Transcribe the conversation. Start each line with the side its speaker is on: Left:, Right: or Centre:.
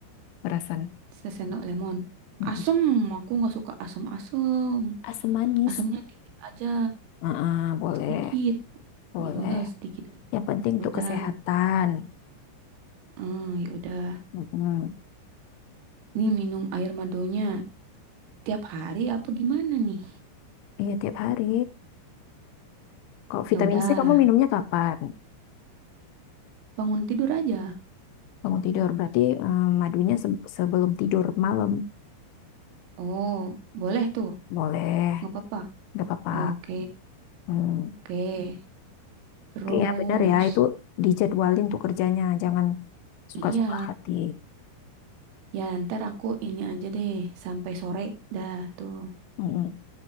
Left: perasan.
Right: Sesendok lemon.
Left: Mm-mm.
Right: Asem, aku nggak suka asem-asem.
Left: Asam manis.
Right: Asemnya dikit aja,
Left: Ah, boleh,
Right: sedikit.
Left: boleh.
Right: Ya udah sedikit aja.
Left: Yang penting
Right: Ya
Left: untuk
Right: Udah,
Left: kesehatan.
Right: eh, ya udah.
Left: Mm-mm.
Right: Nih minum air madunya tiap hari apa gimana nih?
Left: Iya tiap hari. Kalau vitamin
Right: Ya udah,
Left: C kamu minumnya kapan?
Right: bangun tidur aja.
Left: Bangun tidur berarti em, madunya se- sebelum tidur malam.
Right: Oh, boleh tuh,
Left: Boleh,
Right: nggak apa-apa.
Left: nggak apa-apa.
Right: Oke,
Left: Hmm.
Right: oke. Terus,
Left: Oke ya benar ya itu dijadwalin tuh kerjanya, jangan suka-suka
Right: iya.
Left: hati.
Right: Ya ntar aku ini aja deh, sampai sore. Dah tuh,
Left: Mm-mm.